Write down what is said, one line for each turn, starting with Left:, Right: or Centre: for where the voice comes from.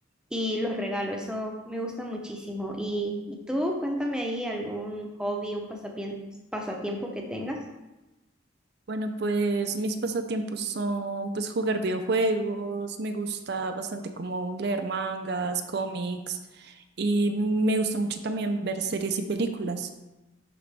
Centre: Y los regalo, eso me gusta muchísimo. Y, y tú, cuéntame ahí algún hobby, un pasapien- pasatiempo que tengas.
Right: Bueno, pues mis pasatiempos son pues jugar videojuegos, me gusta bastante como leer mangas, cómics y me gusta mucho también ver series y películas.